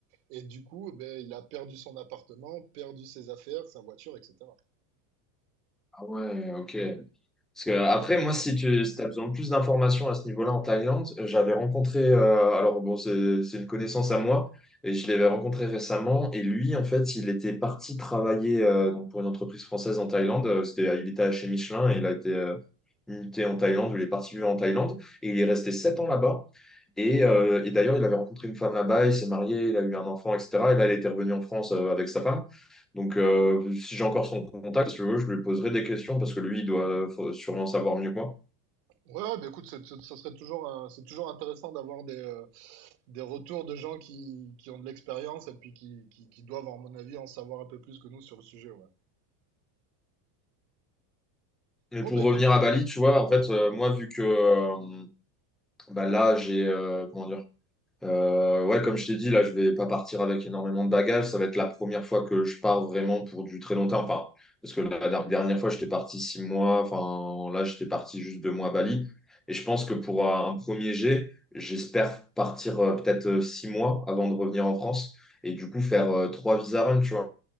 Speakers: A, on the right (about 70°); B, in the centre.
A: et du coup, eh ben, il a perdu son appartement, perdu ses affaires, sa voiture, etc.
B: Ah ouais, ok. Parce que après,
A: Ouais,
B: moi, si tu as besoin de plus d'informations à ce niveau-là en Thaïlande, euh, j'avais rencontré, euh, alors bon, c'est c'est une connaissance à moi, et je l'avais rencontré récemment, et lui, en fait, il était parti travailler euh, donc pour une entreprise française en Thaïlande, euh, c'était, il était chez Michelin, et il a été euh, il était en Thaïlande, où il est parti vivre en Thaïlande et il est resté 7 ans là-bas. Et, euh, et d'ailleurs, il avait rencontré une femme là-bas, il s'est marié, il a eu un enfant, etc. Et là, il était revenu en France euh, avec sa femme. Donc, euh, si j'ai encore son contact, si tu veux, je lui poserai des questions parce que lui, il doit faut sûrement savoir mieux que moi.
A: ouais, ben, écoute, c'est- c'est- ça serait toujours, un- c'est toujours intéressant d'avoir des, euh, des retours de gens qui, qui ont de l'expérience et puis qui, qui, qui doivent, à mon avis, en savoir un peu plus que nous sur le sujet, ouais.
B: Mais
A: Bon,
B: pour
A: bah écoute,
B: revenir à
A: euh,
B: Bali, tu vois, en
A: ouais.
B: fait, euh, moi, vu que euh, bah là, j'ai euh, comment dire, Euh, ouais, comme je t'ai dit, là, je vais pas partir avec énormément de bagages. Ça va être la première fois que je pars vraiment pour du très longtemps. Enfin, parce que la der- dernière fois, j'étais parti six mois. Enfin, là, j'étais parti juste deux mois à Bali. Et je pense que pour euh, un premier jet, j'espère partir euh, peut-être euh, six mois avant de revenir en France. Et du coup, faire euh, trois visa runs, tu vois.